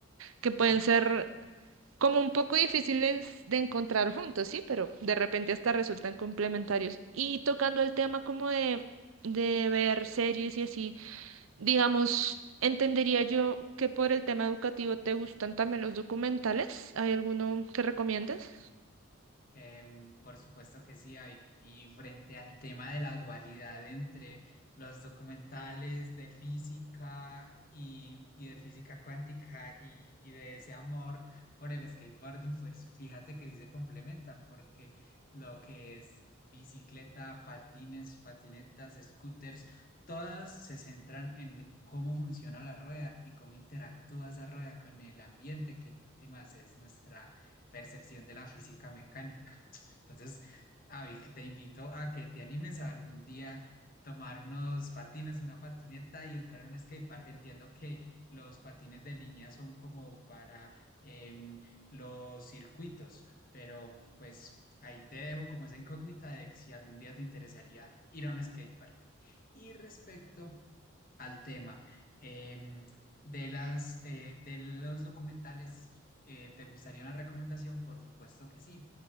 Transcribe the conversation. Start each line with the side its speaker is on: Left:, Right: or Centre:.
Right: que pueden
Left: Sí.
Right: ser como un poco difíciles de encontrar juntos, sí, pero de repente hasta resultan complementarios. Y tocando el tema como de, de ver series y así, digamos, entendería yo que por el tema educativo te gustan también los documentales. ¿Hay alguno que recomiendes?
Left: Em, por supuesto que sí, Avic. Y frente al tema de la dualidad entre los documentales de física y, y de física cuántica y, y de ese amor por el skateboarding, pues fíjate que sí se complementan porque lo que es bicicleta, patines, patinetas, scooters, todas se centran en cómo funciona la rueda y cómo interactúa esa rueda con el ambiente, que en últimas es nuestra percepción de la física mecánica. Entonces, Avi, te invito a que te animes a algún día tomar unos patines, una patineta y entrar a un skatepark. Entiendo que los patines de línea son como para em, los circuitos, pero pues ahí te dejo como esa incógnita de si algún día te interesaría ir a un skatepark. Y respecto al tema em, de las, eh, de los documentales, si, eh, ¿te gustaría una recomendación? Por supuesto que sí.